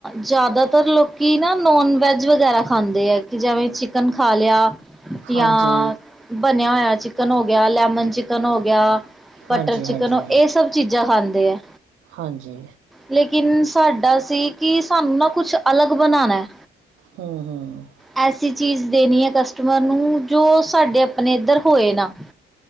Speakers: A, in the centre; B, on the right.
A: ਜ਼ਿਆਦਾਤਰ ਲੋਕੀ ਨਾ ਨੋਨ ਵੈਜ ਵਗੈਰਾ ਖਾਂਦੇ ਆ ਕਿ ਜਿਵੇਂ ਚਿਕ ਚਿਕਨ ਖਾ ਲੇਆ ਜਾਂ
B: ਹਾਂਜੀ
A: ਬਣੇਆ ਹੋਏਆ ਚਿਕਨ ਹੋ ਗੇਆ ਲੈਮਨ ਚਿਕਨ ਹੋ ਗੇਆ ਬਟਰ
B: ਹਾਂਜੀ
A: ਚਿਕਨ
B: ਹਾਂਜੀ
A: ਹੋ ਏ ਸਭ ਚੀਜ਼ਾਂ ਖਾਂਦੇ ਐ।
B: ਹਾਂਜੀ।
A: ਲੇਕਿਨ ਸਾਡਾ ਸੀ ਕੀ ਸਾਨੂੰ ਨਾ ਕੁੱਛ ਅਲੱਗ ਬਣਾਨਾ।
B: ਹੂੰ - ਹੂੰ।
A: ਐਸੀ ਚੀਜ਼ ਦੇਣੀ ਐ ਕਸਟਮਰ ਨੂੰ ਜੋ ਸਾਡੇ ਆਪਣੇ ਏੱਧਰ ਹੋਏ ਨਾ।